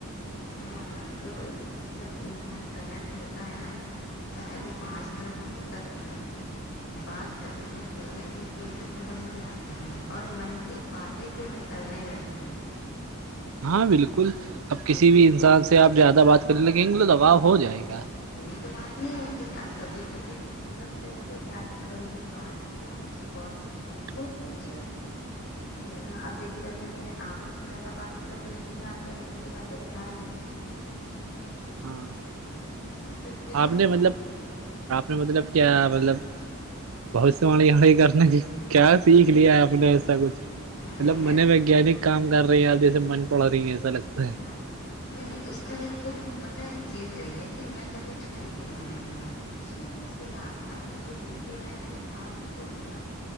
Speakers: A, on the left (about 55°); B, on the right (about 70°).
A: ہاں تو جب انسان کرنا تو ہوتا ہے نا چاہے وہ پانچ منٹ ہو یا دس منٹ ہو بات کرنے سے یہ چیزیں سمجھ میں آتی ہیں اور من کی پٹی پھر نکلنے لگتی ہیں
B: ہاں بالکل اب کسی
A: دیکھو
B: بھی انسان سے آپ زیادہ بات کرنے لگیں گے تو دگاؤ ہو جائے گا
A: یہ تو بات نہیں ہوتی آپ کبھی کبھی فون کرتے ہو جیسے آج کے ک دن بعد کیا مجھے کال
B: ہ
A: تو ک ہوتی ہے نا ابھی تو جیسے میں نے آپس سے زیادہ بات نہیں کرتی لیکن میں آ کے اندر کی باتیں بتایا نہیں
B: ہاں
A: ہے نا، تو کیونکہ
B: آپ نے مطلب آپ نے مطلب کیا مطلب بہت س مڑی ہڑی کرنے کی کیا سیکھ لیا آپ نے ایسا کچھ
A: میں
B: مطلب من ویگانک کام کر رہی ہیں آدی سے من پڑھ رہی ہیں ایسا لگتا
A: ہاں
B: ہے
A: نہیں اس کا ایک تو پتا ایک چیز رہی ہے کہ میں کبھی جھوٹ نہیں میں نے بولا شروع سے آج تک جو ستے رہے میں نے ساتھ کھڑ دیا